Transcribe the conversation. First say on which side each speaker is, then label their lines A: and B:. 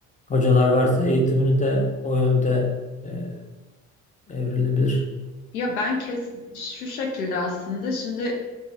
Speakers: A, on the left; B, on the left.
A: hocalar varsa eğitimini de o yönde e, evrilebilir.
B: Ya ben kes şu şekilde aslında şimdi